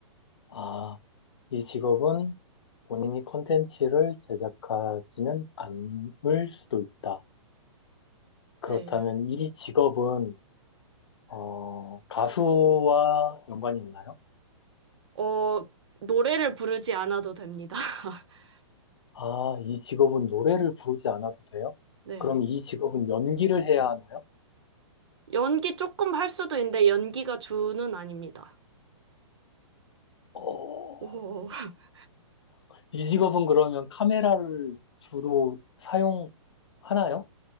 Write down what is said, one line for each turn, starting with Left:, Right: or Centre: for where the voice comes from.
Left: 아, 이 직업은 본인이 콘텐츠를 제작하지는 않을 수도 있다. 그렇다면
Right: 네,
Left: 이 직업은 어, 가수와 연관이 있나요?
Right: 어, 노래를 부르지 않아도 됩니다. <laughs>
Left: 아, 이 직업은 노래를 부르지 않아도 돼요?
Right: 네.
Left: 그럼 이 직업은 연기를 해야 하나요?
Right: 연기 조금 할 수도 있는데 연기가 주는 아닙니다.
Left: 어,
Right: 오, <laughs>
Left: 이 직업은 그러면 카메라를 주로 사용하나요?